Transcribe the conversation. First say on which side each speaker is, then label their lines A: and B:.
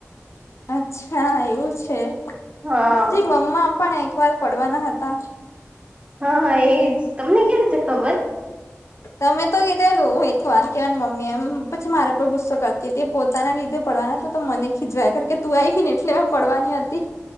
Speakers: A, on the left; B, on the right.
A: અચ્છા એવું છે.
B: હા
A: પછી મમ્મા પણ એક વાર પડવાના હતા.
B: હા એજ તમને કેવી રીતે ખબર.
A: તમે તો કીધેલું એક વાર કેહેવાય મમ્મી એમ પછી મારા પર ગુસ્સો કરતી તે પોત પોતા ના લીધે પડવાના હતા તો મને ખીજવાય કાર કે તું આવી ને એટલે મેં પડવાની હતી.